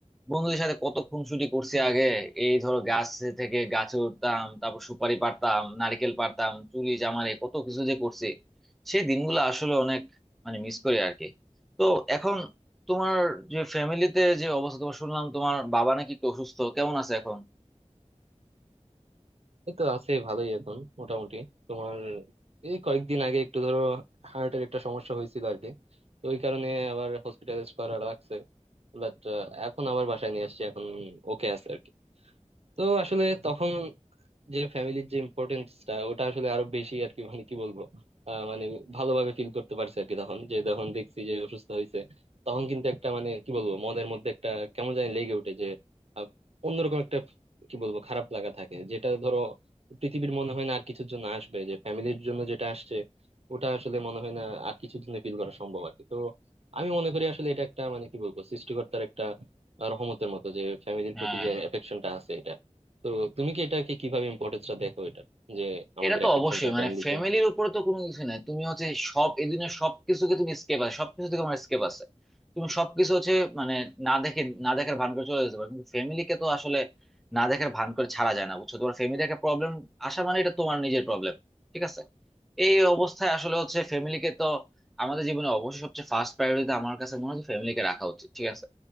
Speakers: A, in the centre; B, on the right (about 60°).
A: বন্ধুদের সাথে কত খুনসুটি করছি আগে এই ধরো গাছ থেকে গাছে উঠতাম তারপর সুপারি পারতাম নারকেল পারতাম চুরি চামারি কত কিছু যে করছি সেই দিনগুলো আসলে অনেক মানে মিস করি আর কি তো এখন তোমার যে ফ্যামিলিতে যে অবস্থা তোমার শুনলাম তোমার বাবা নাকি একটু অসুস্থ কেমন আছে এখন
B: এই তো আছে ভালোই এখন মোটামুটি তোমার এই কয়েকদিন আগে একটু ধরো হার্টের একটা সমস্যা হয়েছিল আর কি তো ওই কারণে আবার হসপিটালাইজ করা লাগছে বাট এখন আবার বাসায় নিয়ে আসছি এখন ওকে আছে আর কি তো আসলে তখন যে ফ্যামিলির যে ইম্পর্টেন্সটা ওটা আসলে আরো বেশি আর কি মানে কি বলবো আহ, মানে ভালোভাবে ফিল করতে পারছে আর কি তখন যে যখন দেখছি যে অসুস্থ হয়েছে তখন কিন্তু একটা মানে কি বলবো মনের মধ্যে একটা কেমন জানি লেগে ওঠে যে আহ, অন্যরকম একটা কি বলবো খারাপ লাগা থাকে যেটা ধরো পৃথিবীর মনে হয় না আর কিছুর জন্য আসবে যে ফ্যামিলির জন্য যেটা আসছে ওটা আসলে মনে হয় না আর কিছুর জন্য ফিল করা সম্ভব আর কি তো আমি মনে করি আসলে এটা একটা মানে কি বলবো সৃষ্টিকর্তার একটা রহমতের মতো যে ফ্যামিলির
A: হ্যাঁ
B: প্রতি যে এফেকশনটা আছে এটা তো তুমি কি এটাকে কিভাবে ইম্পর্টেন্সটা দেখো এটা যে আমাদের
A: এটা তো
B: অ্যাফেকশনটা
A: অবশ্যই মানে
B: ফ্যামিলির
A: ফ্যামিলির
B: জন্য
A: উপরে তো কোনো কিছু নাই তুমি হচ্ছে সব এই দুনিয়ার সবকিছুকে তুমি স্কেপ আছে সবকিছু থেকে আমার স্কেপ আছে তুমি সবকিছু হচ্ছে মানে না দেখে না দেখার ভান করে চলে যেতে পারো কিন্তু ফ্যামিলিকে তো আসলে না দেখার ভান করে ছাড়া যায় না বুঝছো তোমার ফ্যামিলি একটা প্রবলেম আসা মানে এটা তোমার নিজের প্রবলেম ঠিক আছে এই অবস্থায় আসলে হচ্ছে ফ্যামিলিকে তো আমাদের জীবনে অবশ্যই সবচেয়ে ফার্স্ট প্রায়োরিটিতে আমার কাছে মনে হয় ফ্যামিলিকে রাখা উচিত ঠিক আছে